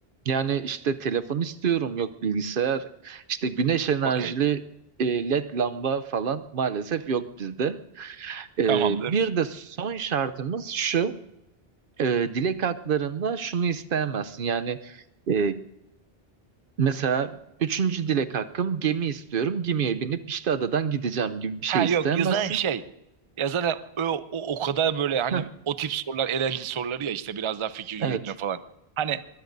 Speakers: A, on the right; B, on the right.
A: Yani işte telefon istiyorum, yok bilgisayar, işte güneş enerjili
B: Okey.
A: e, LED lamba falan maalesef yok bizde. Ee,
B: Tamamdır.
A: bir de son şartımız şu, e, dilek haklarında şunu isteyemezsin. Yani e, mesela üçüncü dilek hakkım gemi istiyorum, gemiye binip işte adadan gideceğim gibi bir şey
B: Ha
A: isteyemezsin.
B: yok yazan şey. Yazan o, o, o kadar böyle hani
A: Heh,
B: o tip sorular eğlenceli soruları ya işte biraz daha fikir
A: evet,
B: yürütme falan. Hani